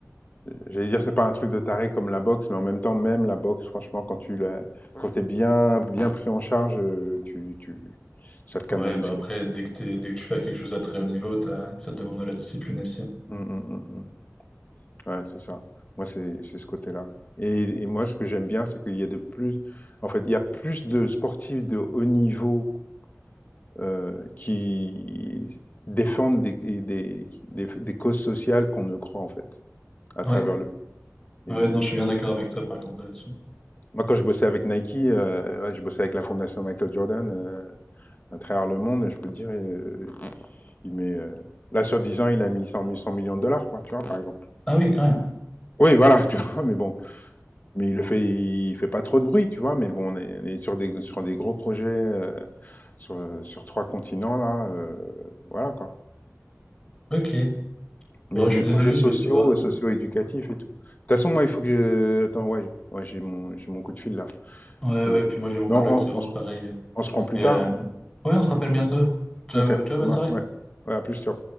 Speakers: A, on the left; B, on the left.
A: J'allais dire, c'est pas un truc de taré comme la boxe, mais en même temps, même la boxe, franchement, quand tu la, quand t'es bien, bien pris en charge, euh, tu, tu, ça te canalise,
B: Ouais, bah après,
A: quoi.
B: dès que t'es- dès que tu fais quelque chose à très haut niveau, t'as- ça te demande de la discipline aussi.
A: Mm, mm, mm, mm. Ouais, c'est ça. Moi, c'est, c'est ce côté-là. Et, et moi, ce que j'aime bien, c'est qu'il y a de plus, en fait, il y a plus de sportifs de haut niveau euh, qui défendent des, et des, qui- des, des causes sociales qu'on ne croit, en fait, à
B: Ouais,
A: travers le, et
B: ouais,
A: des,
B: non,
A: des
B: je suis
A: trucs.
B: bien d'accord avec toi par contre là-dessus.
A: Moi, quand je bossais avec Nike, euh, ouais, je bossais avec la fondation Michael Jordan. euh, à travers le monde, je peux te dire, euh, il met. euh, là, sur 10 ans, il a mis 100, 100 millions de dollars, quoi, tu vois, par exemple.
B: Ah oui, quand même.
A: Oui, voilà, <laughs> tu vois, mais bon. Mais il le fait, il fait pas trop de bruit, tu vois, mais bon, on est, on est sur, des, sur des gros projets, euh, sur, sur trois continents, là, euh, voilà, quoi.
B: Ok. Bon,
A: Mais
B: je
A: des
B: suis
A: projets
B: désolé,
A: sociaux,
B: je vais devoir.
A: euh, socio-éducatifs
B: Ouais,
A: et tout. De toute façon, moi, il faut que je. Attends, ouais, ouais, j'ai mon, j'ai mon coup de fil, là.
B: ouais,
A: Euh,
B: ouais, puis moi j'ai mon
A: mais
B: coloc
A: on,
B: qui
A: on-
B: rentre
A: on se
B: pareil.
A: on se prend plus
B: Et,
A: tard,
B: euh,
A: hein.
B: bon. Ouais, on se rappelle bientôt. Ciao,
A: Ok,
B: ciao,
A: ça
B: bonne
A: marche,
B: soirée.
A: ouais. Ouais, à plus, ciao.